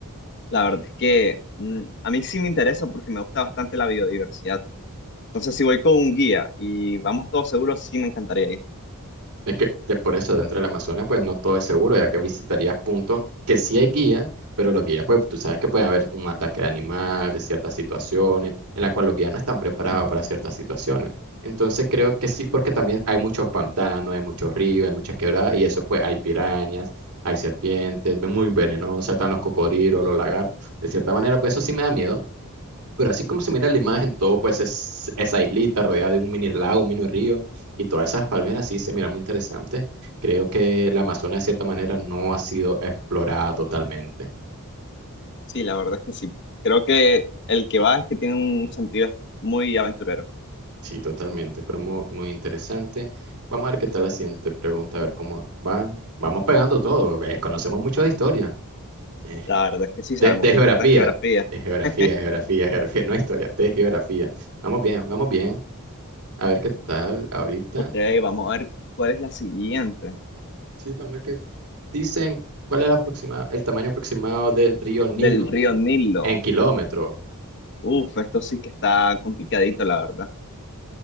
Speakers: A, on the left; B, on the right.
A: La verdad es que mm, a mí sí me interesa porque me gusta bastante la biodiversidad. Entonces, si voy con un guía y vamos todos seguros, sí me encantaría ir.
B: Es que de- por eso dentro del Amazonas pues no todo es seguro, ya que visitarías puntos que sí hay guía, pero los guías pues tú sabes que puede haber un ataque de animal, de ciertas situaciones, en la cual los guías no están preparados para ciertas situaciones. Entonces creo que sí, porque también hay muchos pantanos, hay muchos ríos, hay muchas quebradas y eso pues hay pirañas, hay serpientes, muy venenosas, están los cocodrilos, los lagartos. De cierta manera pues eso sí me da miedo. Pero así como se mira la imagen, todo pues es esa islita rodeada de un mini lago, un mini río y todas esas palmeras sí se mira muy interesante. Creo que la Amazonas de cierta manera no ha sido explorada totalmente.
A: Sí, la verdad es que sí. Creo que el que va es que tiene un sentido muy aventurero.
B: Sí, totalmente, pero muy, muy interesante. Vamos a ver qué tal la siguiente pregunta, a ver cómo va. Vamos pegando todo, eh, conocemos mucho de historia, eh,
A: La verdad es que sí, sabemos
B: de, de
A: bastante
B: geografía,
A: de geografía.
B: de geografía,
A: <laughs>
B: de geografía, de geografía, no historia, de geografía. Vamos bien, vamos bien. A ver qué tal ahorita.
A: Ok, vamos a ver cuál es la siguiente.
B: Sí, vamos a ver qué Dicen cuál es la aproxima- el tamaño aproximado del río Nilo
A: Del río Nilo.
B: en kilómetros.
A: Uf, esto sí que está complicadito, la verdad.